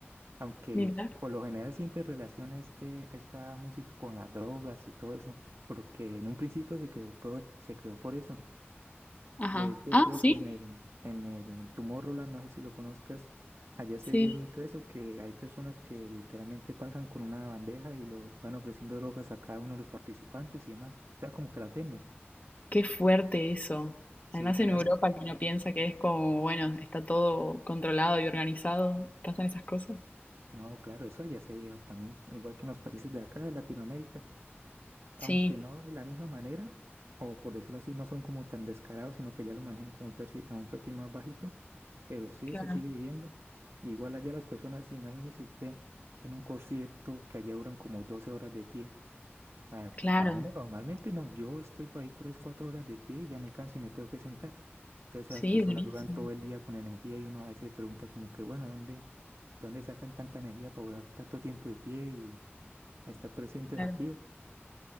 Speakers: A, on the right; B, on the left.
A: Aunque
B: mira.
A: por lo general siempre relaciona este, esta música con las drogas y todo eso, porque en un principio se creó, pro- se creó por eso.
B: Ajá.
A: De hecho,
B: Ah,
A: creo
B: sí,
A: que en el, en el Tomorrowland, no sé si lo conozcas, allá se
B: sí.
A: ve mucho eso, que hay personas que literalmente pasan con una bandeja y lo van ofreciendo drogas a cada uno de los participantes y demás. O sea, como que las venden.
B: Qué fuerte eso.
A: Sí,
B: Además
A: claro.
B: en Europa
A: por-
B: que uno piensa que es como, bueno, está todo controlado y organizado, pasan esas cosas.
A: No, claro, eso allá se veía también, igual que en los países de acá, de Latinoamérica. aunque
B: Sí.
A: no de la misma manera, o por decirlo así, no son como tan descarados, sino que ya lo manejan como un perfil, a un perfil más bajito, pero sí
B: Claro,
A: se sigue viviendo. Igual allá las personas, imagínese usted en un concierto que allá duran como 12 horas de pie. A,
B: claro,
A: a uno normalmente no, yo estoy por ahí 3 4 horas de pie y ya me canso y me tengo que sentar. Entonces
B: sí,
A: las personas
B: durísimo,
A: duran todo el día con energía y uno a veces se pregunta como que, bueno, ¿de dónde, de dónde sacan tanta energía para durar tanto tiempo de pie y estar presentes,
B: claro.
A: activos?